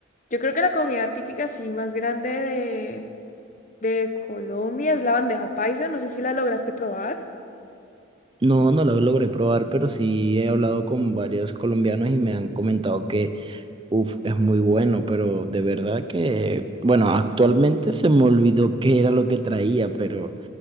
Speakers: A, on the left (about 40°); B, on the right (about 25°).
A: yo creo que la comida típica sí más grande de, de Colombia es la bandeja paisa. No sé si la lograste probar.
B: No, no lo logré probar, pero sí he hablado con varios colombianos y me han comentado que, uff, es muy bueno, pero de verdad que, bueno, actualmente se me olvidó qué era lo que traía, pero